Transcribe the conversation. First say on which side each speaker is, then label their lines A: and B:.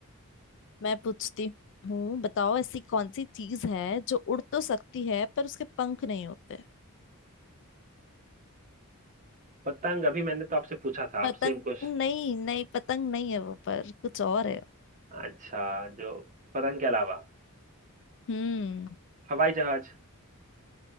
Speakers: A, on the left (about 55°); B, on the right (about 35°).
A: मैं पूछती हूँ बताओ ऐसी कौन सी चीज है जो उड़ तो सकती है पर उसके पंख नहीं होते
B: पतंग अभी मैंने तो आपसे पूछा था
A: पतंग
B: आप सेम क्वेश्चन
A: नहीं नहीं पतंग नहीं है वो पर कुछ और है
B: अच्छा जो पतंग के अलावा
A: हम्म
B: हवाई जहाज